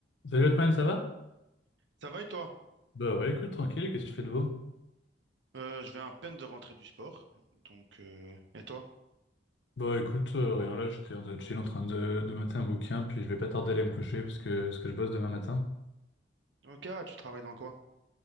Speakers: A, on the left; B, on the right.
A: Salut Otman, ça va?
B: Ça va et toi?
A: Bah ouais, écoute, tranquille, qu'est-ce que tu fais de beau?
B: Euh, je viens à peine de rentrer du sport. Donc, euh, et toi?
A: Bah écoute, euh, rien là, j'étais en train de chill en train de, de mater un bouquin, puis je vais pas tarder à aller me coucher parce que, parce que je bosse demain matin.
B: Ok, ah, tu travailles dans quoi?